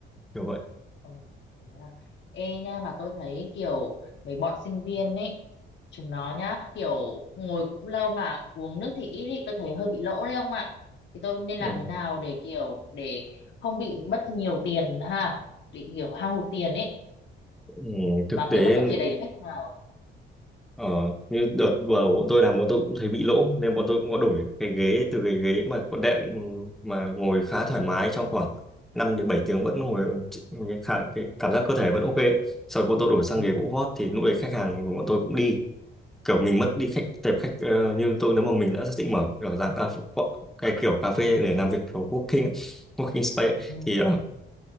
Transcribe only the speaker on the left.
Ồ, thế à. Ê nha mà tôi thấy kiểu mấy bọn sinh viên ấy chúng nó nhá kiểu ngồi cũng lâu mà uống nước thì ít ý, tôi thấy hơi bị lỗ đấy ông ạ thì tôi nên
làm thế nào để kiểu để không bị mất nhiều tiền ha bị kiểu hao hụt tiền ấy
mà
kiểu vẫn có thể đẩy được khách vào
ừ.
Ừ. ừ.